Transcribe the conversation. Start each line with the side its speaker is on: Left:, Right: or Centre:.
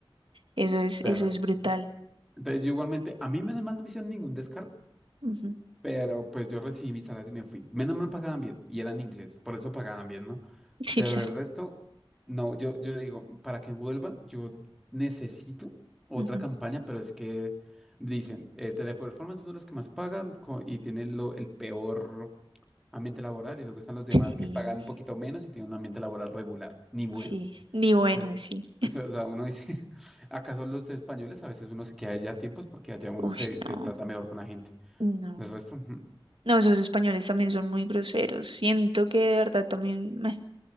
Right: eso es,
Centre: Claro.
Right: eso es brutal.
Centre: Entonces, yo igualmente, a mí menos mal no me hicieron ningún descargo.
Right: Ujú. <laughs>
Centre: Pero pues yo recibí mi salario y me fui. Menos mal pagaban bien y eran inglés, por eso pagaban bien, ¿no?
Right: Sí,
Centre: Pero
Right: claro.
Centre: el resto, no, yo, yo digo, para que vuelva, yo necesito otra
Right: Ujú.
Centre: campaña, pero es que dicen, eh, Teleperformance es uno de los que más pagan co- y tienen lo, el peor ambiente laboral y luego están los demás
Right: Sí.
Centre: que pagan un poquito menos y tienen un ambiente laboral regular, ni bueno.
Right: Sí, ni bueno,
Centre: Pues,
Right: sí.
Centre: eso, o sea, uno dice, <laughs> ¿acaso los españoles a veces uno se queda allá a tiempos porque allá uno
Right: Uy,
Centre: se, se
Right: no,
Centre: trata mejor con la gente?
Right: no.
Centre: El resto... <laughs>
Right: No, esos españoles también son muy groseros. Siento que de verdad también meh.